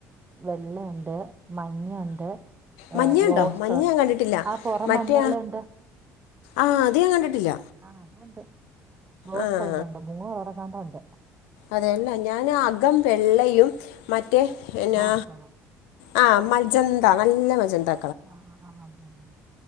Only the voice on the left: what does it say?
മഞ്ഞയുണ്ടോ
മഞ്ഞ
ഞാൻ കണ്ടിട്ടില്ല
മറ്റേ
ആഹ് അത് ഞാൻ കണ്ടിട്ടില്ല
ആഹ്
അതെ ല്ലെ ഞാന് അകം വെള്ളയിലും മറ്റേ എന്നാ
ആ ഹ് മജന്താ നല്ല മജന്താ